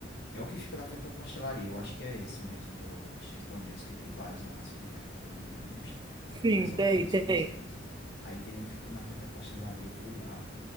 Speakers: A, on the left; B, on the right.
A: É o que fica na frente de uma pastelaria. Eu acho que é esse mesmo do, dos Três Pandeiros, que tem vários lá na Cidade Velha. Tem, não me engano, bem uns
B: Sim,
A: dois ou
B: tem,
A: três
B: tem.
A: museus. Aí tem um que fica na frente da pastelaria. Eu fui lá